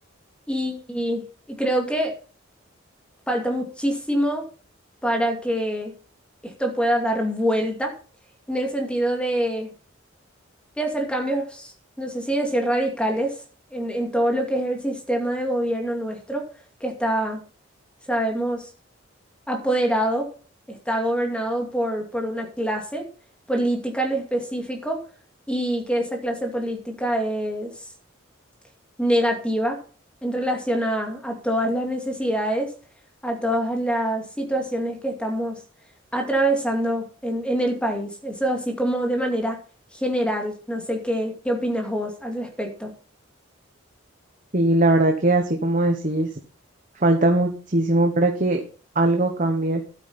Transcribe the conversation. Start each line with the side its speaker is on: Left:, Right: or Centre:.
Centre: Y, y creo que falta muchísimo para que esto pueda dar vuelta en el sentido de de hacer cambios, no sé si decir radicales, en, en todo lo que es el sistema de gobierno nuestro, que está, sabemos, apoderado, está gobernado por, por una clase política en específico y que esa clase política es negativa en relación a, a todas las necesidades, a todas las situaciones que estamos atravesando en, en el país. Eso así como de manera general. No sé qué, qué opinas vos al respecto.
Right: Sí, la verdad que así como decís, falta muchísimo para que algo cambie.